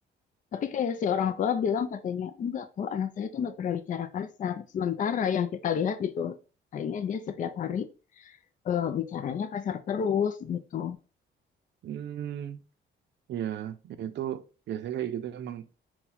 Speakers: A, on the left; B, on the right.
A: Tapi kayak si orang tua bilang katanya enggak kok anak saya tuh nggak pernah bicara kasar. Sementara yang kita lihat gitu, kayaknya dia setiap hari eh, bicaranya kasar terus gitu.
B: hmm, ya itu biasanya kayak gitu emang